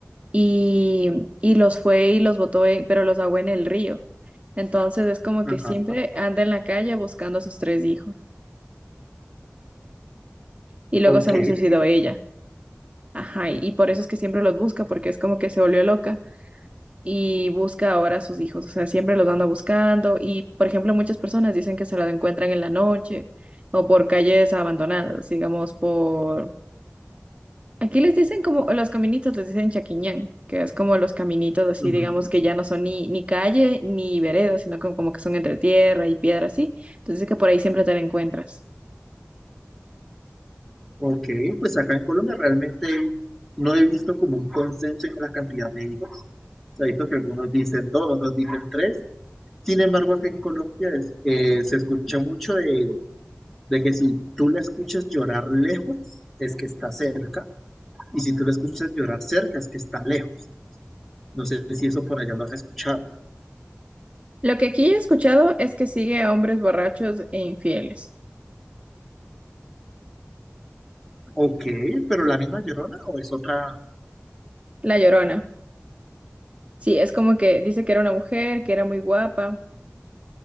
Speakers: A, on the right; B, in the centre.
A: y, y los fue y los botó, en- pero los ahogó en el río. Entonces es como
B: Ajá.
A: que siempre anda en la calle buscando a sus tres hijos y luego
B: Ok,
A: se Ok. suicidó ella. Ajá, y y por eso es que siempre los busca, porque es como que se volvió loca y busca ahora a sus hijos, o sea, siempre los anda buscando y, por ejemplo, muchas personas dicen que se la encuentran en la noche o por calles abandonadas, digamos, por... Aquí les dicen como los caminitos, les dicen chaquiñán, que es como los caminitos así,
B: ujú,
A: digamos, que ya no son ni, ni calle ni vereda, sino como, como que son entre tierra y piedra así. Entonces es que por ahí siempre te la encuentras.
B: ok, pues acá en Colombia realmente no he visto como un consenso en la cantidad de hijos. O sea, he visto que algunos dicen dos, otros dicen tres. Sin embargo, acá en Colombia es, eh, se escucha mucho de, de que si tú la escuchas llorar lejos, es que está cerca, y si tú la escuchas llorar cerca, es que está lejos. No sé si eso por allá lo has escuchado.
A: Lo que aquí he escuchado es que sigue a hombres borrachos e infieles.
B: Ok, pero la misma llorona o es otra.
A: La Llorona. Sí, es como que dice que era una mujer, que era muy guapa